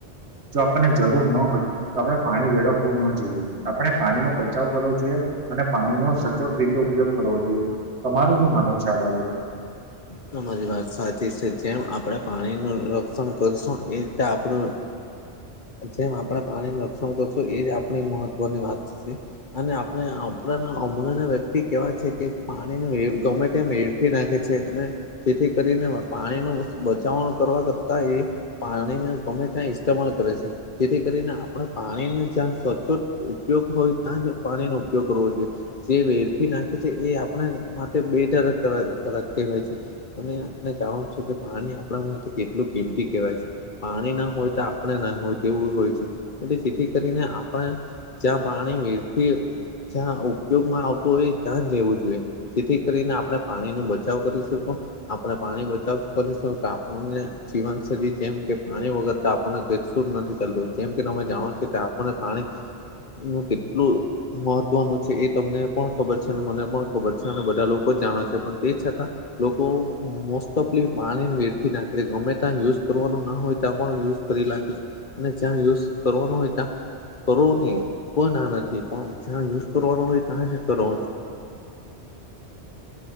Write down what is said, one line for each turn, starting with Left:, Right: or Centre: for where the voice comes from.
Right: જો આપણને જરૂર ન હોય તો આપણે પાણી વેળખવું ના જોઈએ. આપણે પાણી નો બચાવ કરવો જોઈએ. અને પાણીનો સચોટ રીતે ઉપયોગ કરવો જોઈએ. તમારું શું માનવું છે આ બાબતે?
Left: તમારી વાત સાચી છે. જેમ આપણે પાણી નું રક્ષણ કરશું. એ રીતે આપણું જેમ આપણે પાણી રક્ષણ કરશું. એજ આપણી મહત્વની વાત છે. અને આપણે આપણાના હમણા ના વ્યક્તિ કેવા છે. પાણી નું ગમેતેમ વેરફી નાખે છે. અને જેથી કરીને પાણી ન બચાવણ કરવા કરતા એ પાણીને ગમે ત્યાં ઇસ્ટેમાલ કરે છે. જેથી કરીને આપણે પાણીને જંચો. ઉપયોગ હોય ત્યાં જ પાણીનો ઉપયોગ કરવો જોઈએ. જે વેડફી નાખે છે. એ આપણે માટે બેદર કારક કેવાય છે. અને આપણે જાણનું છું કે પાણી આપણા માટે કેટલું કિંમતી કહેવાય છે. પાણી ના હોય તો આપણે ના હોય તેવું હોય છે એટલે જેથી કરીને આપણે જ્યાં પાણી વરી જ્યાં ઉપયોગમાં આવતું હોય ત્યાં લેવું જોઈએ જેથી કરીને આપણે પાણી નો બચાવ કરી શકો. આપણે પાણી બચાવ કરીશું તો આપણને જીવનશૈલી જેમ કે પાણી વગરતા આપણને નથી ચાલતું જેમ કે તમે જાણો છો કે આપણને પાણી ન કેટલું મહત્વનું છે એ તમને પણ ખબર છે અને મને પણ ખબર છે અને બધા લોકો જાણે છે પણ તે છતાં લોકો મોસ્ટ ઓફલી પાણી વેરથી નાખે છે ગમે ત્યાં યુઝ કરવાનું ના હોય ત્યાં પણ યુઝ કરી નાખી અનેને જ્યાં યુઝ કરવાનો હોય ત્યાં કરો નહી કોઈ ના નથી પણ જ્યાં યુઝ કરવાનો હોય ત્યાં જ કરો.